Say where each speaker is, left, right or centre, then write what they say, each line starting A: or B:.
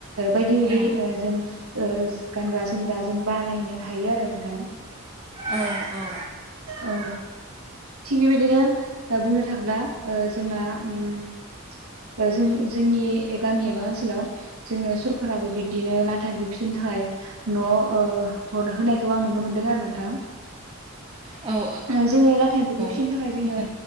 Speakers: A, on the right; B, on the right.
A: बायदि बायदि
B: औ
A: जों गानग्रा जोमग्रा जों बानायनो हायो आरो नोंथां
B: औ औ
A: औ थिग बेबायदिनो बुंनो थाङोब्ला जोंना उम जों जोंनि गामि एबा ओनसोलाव जोंनो सरखाराबो बि दिनो लाथा एमफौ फिनो थाखाय न' ओ हर होनायखौ आं नुनो मोनदों आरो नोंथां।
B: औ औ
A: ओ जोङो लाथा एम्फौखौ
B: औ
A: फिनो थाखाय जोङो
B: औ